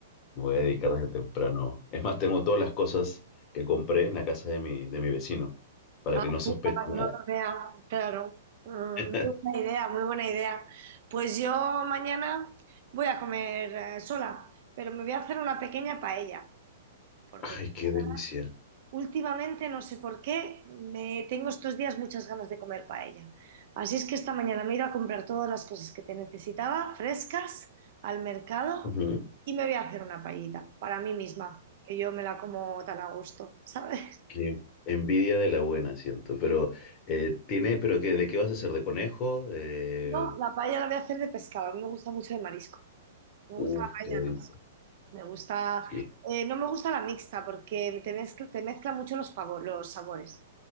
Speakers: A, on the left; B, on the right.
A: Me voy a dedicar desde temprano. Es más, tengo todas las cosas que compré en la casa de mi, de mi vecino, para
B: Ah,
A: que no sospeche
B: sí, para
A: nada.
B: que no lo vea, claro. Mm,
A: <laughs>
B: Muy buena idea, muy buena idea. Pues yo mañana voy a comer eh, sola, pero me voy a hacer una pequeña paella, porque
A: Ay,
B: tengo
A: qué delicia.
B: ganas Últimamente, no sé por qué, me tengo estos días muchas ganas de comer paella. Así es que esta mañana me he ido a comprar todas las cosas que te necesitaba, frescas, al mercado,
A: Ujú.
B: y me voy a hacer una paellita para mí misma, que yo me la como tan a gusto, <laughs> ¿sabes?
A: Qué envidia de la buena, siento. Pero, eh, tiene, pero qué, ¿de qué vas a hacer? ¿De conejo? Eh,
B: No, la paella la voy a hacer de pescado, a mí me gusta mucho de marisco. Me
A: uf,
B: gusta la paella
A: qué delicia.
B: de marisco. Me gusta,
A: Sí.
B: eh, no me gusta la mixta porque te mezcla, te mezcla mucho los, favo- los sabores.